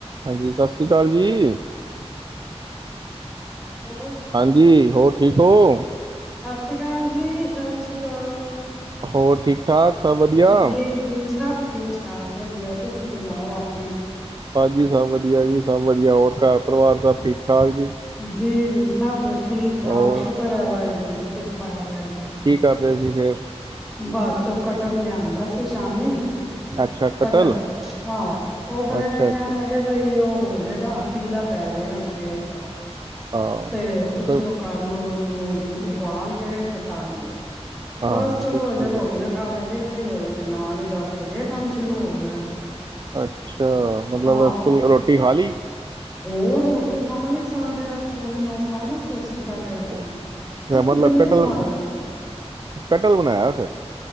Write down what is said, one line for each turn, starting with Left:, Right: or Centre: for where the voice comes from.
Right: ਹਾਂਜੀ, ਸਤ ਸ਼੍ਰੀ ਕਾਲ ਜੀ।
Centre: ਹੋਰ
Right: ਹਾਂਜੀ, ਹੋਰ ਠੀਕ ਹੋ?
Centre: ਸ ਸ਼੍ਰੀ ਕਾਲ ਜੀ। ਸ੍ਰੀ ਅਕਾਲ।
Right: ਹੋਰ ਠੀਕ ਠਾਕ, ਸਭ ਵਧੀਆ?
Centre: ਜੀ ਜੀ ਸਭ ਠੀਕ ਠਾਕ, ਵਧੀਆ। ਤੁਸੀਂ ਸੁਣਾਓ ਆਪਣੇ?
Right: ਹਾਂਜੀ, ਸਭ ਵਧੀਆ ਜੀ ਸਭ ਵਧੀਆ। ਹੋਰ ਘਰ ਪਰਿਵਾਰ ਸਭ ਠੀਕ ਠੀਕ ਠਾਕ ਜੀ।
Centre: ਜੀ ਸਭ ਠੀਕ ਠਾਕ
Right: ਹੋਰ
Centre: ਸ਼ੁਕਰ ਹੈ ਵਾਹੇਗੁਰ ਕਿਰਪਾ - ਬਾਏ ਬਾਏ ਜੀ
Right: ਕੀ ਕਰ ਰਹੇ ਸੀ ਫੇਰ
Centre: ਬਸ ਉਹ ਕਠਲ ਲਿਆਂਦਾ ਸੀ ਸ਼ਾਮੀ
Right: ਅੱਛਾ ਕਟਲ
Centre: ਕਠਲ ਆਹ ਉਹ ਫੇਰ
Right: ਅੱਛਾ
Centre: ਕਹਿਣ
Right: ਅੱਛਾ
Centre: ਲੱਗੇ ਬਈ ਉਹ ਹੋ ਜਾਏਗਾ ਪੀਲਾ ਪੈ ਜਾਏਗਾ ਸਵੇਰ ਤਕ
Right: ਹਾਂ
Centre: ਤੇ ਤੁਸੀਂ
Right: ਫਿਰ
Centre: ਉਹ ਕਰਲੋ ਇਹਨੂੰ ਉਬਾਲ ਕੇ ਤੇ ਤਲ ਲਓ,
Right: ਹਾਂ
Centre: ਬਸ ਕਰੋ
Right: ਤੇ
Centre: ਹਜੇ
Right: ਠੀਕ
Centre: ਰੋਟੀਆਂ
Right: ਹੈ
Centre: ਖਾ ਕੇ ਵਿਹਲੇ ਹੋ ਤੇ ਨਾਲ ਹੀ ਬਸ ਫੇਰ ਇਹ ਕੰਮ ਸ਼ੁਰੂ ਹੋ ਗਿਆ ਐ
Right: ਅੱਛਾ ਮਤਲਬ
Centre: ਆ
Right: ਫੁੱਲ ਰੋਟੀ ਖਾ ਲਈ
Centre: ਹੋਰ ਰੋਟੀ ਖਾ ਲਈ ਸਾਡੇ ਅਠ ਪੌਣੇ ਨੌ ਖਾ ਲਈ ਸੀੇ ਅਸੀਂ ਸਾਢੇ ਅੱਠ ਵਜੇ
Right: ਅੱਛਾ
Centre: ਅਸੀਂ
Right: ਅ ਮਤਲਬ
Centre: ਜਲਦੀ
Right: ਕਠਲ
Centre: ਖਾਣ ਲੱਗ
Right: ਕਠਲ ਬਣਾਇਆ ਫਿਰ